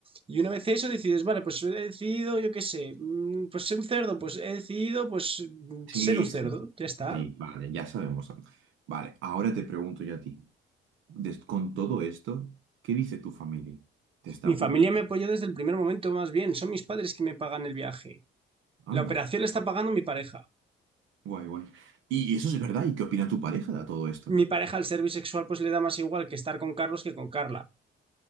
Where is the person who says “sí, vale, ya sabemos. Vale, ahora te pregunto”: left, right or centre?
Right